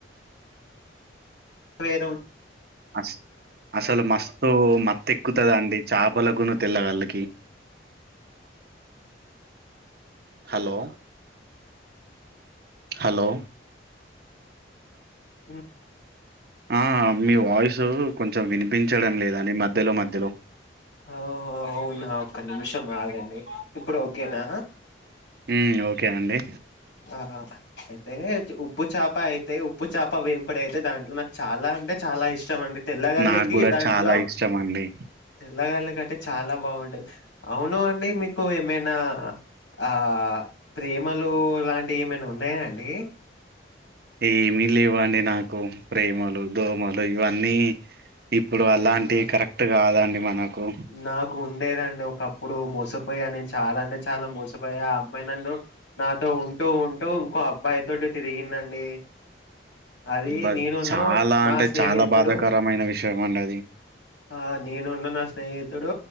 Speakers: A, on the left (about 75°); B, on the right (about 55°).
A: వేద ఉంది
B: అస్ అసలు మస్తుత్ మత్ ఎక్కుతుద అండి చేపలలకును తెల్లవాళ్ళకి హలో హలో
A: ఉ
B: ఆ మీ వాయిసు కొంచెం వినిపించడం లేదు మధ్యలో మధ్యలో
A: ఓహో అవునా ఒక్క నిమిషం ఆగండి ఇప్పుడు ఓకేనా
B: ఉ ఓకే అండి
A: ఆ అయితే ఉప్పు చేప అయితే ఉప్పు చేప వేంపుడి అయితే దాంట్లో నాకు చాలా అంటే చాలా ఇష్టం అండి తెల్లగల్లికి
B: నాకు కూడా
A: దాంట్లో
B: చాలా ఇష్టం అండి
A: తెల్ల కళ్ళు కట్టే చాలా బాగుంటది అవును అండి మీకు ఏమైనా ఆ ప్రేమలు లాంటివి ఏమైనా ఉన్నాయా అండి
B: ఏమి లేవండి నాకు ప్రేమలు దోమలు ఇవన్నీ ఇప్పుడు అలాంటివి
A: నాకు
B: కరెక్ట్ కాదండి మనకు
A: నాకు ఉండేదండి ఒకప్పుడు మోసం పోయా నేను చాలా అంటే చాలా మోసిపోయా అమ్మాయి నన్న నాతో ఉంటూ ఉంటూ ఇంకో అబ్బాయితోటి తిరిగిందండి అది
B: బట్
A: నేనున్న
B: చాలా
A: నా
B: అంటే
A: స్నేహితుడు
B: చాలా బాధాకరమైన విషయం అండి అది
A: ఆ నేనున్న నా స్నేహితుడు